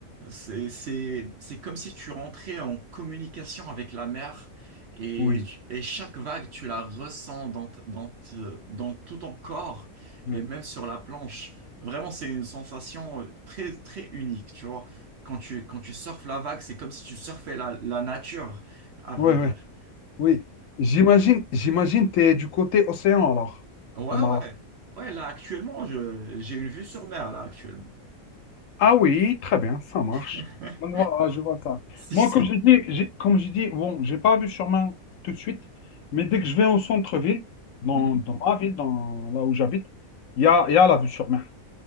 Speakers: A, on the right; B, on the left.
A: C'est, c'est, c'est comme si tu rentrais en communication avec la mer et,
B: oui.
A: tu- et chaque vague, tu la ressens dans, t- dans, t- dans tout ton corps
B: Ouais.
A: et même sur la planche. Vraiment, c'est une sensation euh, très, très unique, tu vois. Quand tu, quand tu surfes la vague, c'est comme si tu surfais la, la nature, à vrai
B: Oui,
A: dire.
B: oui, oui. J'imagine, j'imagine t'es du côté océan alors,
A: Ouais,
B: au Maroc.
A: ouais. Ouais, là, actuellement, je, j'ai une vue sur mer, là, actuellement.
B: Ah oui, très bien, ça marche.
A: <laughs>
B: Donc voilà, je vois ça.
A: Si,
B: Moi,
A: si.
B: Ok. comme j'ai dit, j'ai- comme j'ai dit, bon, j'ai pas vu Sûrement tout de suite, mais dès
A: Mhm,
B: que je vais au centre-ville, dans,
A: mhm.
B: dans ma ville, dans là où j'habite, il y a, il y a la vue sur mer.